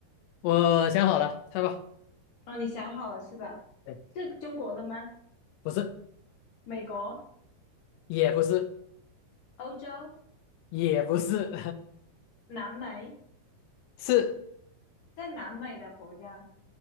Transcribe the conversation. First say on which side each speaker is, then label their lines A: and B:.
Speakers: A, on the left; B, on the left.
A: 我想好了，猜吧。
B: 哦，你想好了是吧？
A: 对，
B: 是中国的吗？
A: 不是，
B: 美国、
A: 也不是，
B: 欧洲、
A: 也不是，
B: 南美，
A: <laughs> 是。
B: 在南美的国家